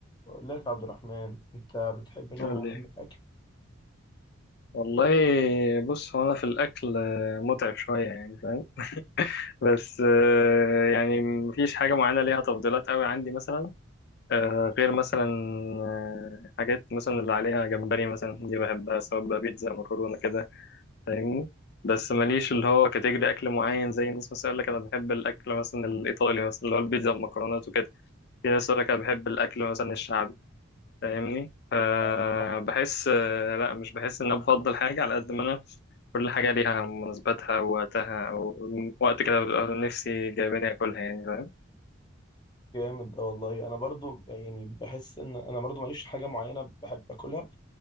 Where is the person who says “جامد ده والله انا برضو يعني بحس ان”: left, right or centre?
Left